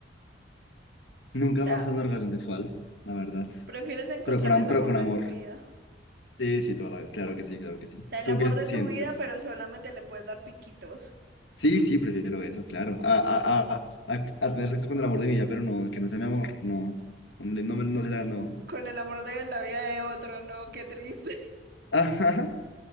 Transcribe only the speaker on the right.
o sea
Prefieres encontrar
el
amor
de
tu vida.
O
sea, el
amor
de
tu vida, pero solamente le puedes dar piquitos.
Con el amor de la vida de otro, no, qué triste. <laughs>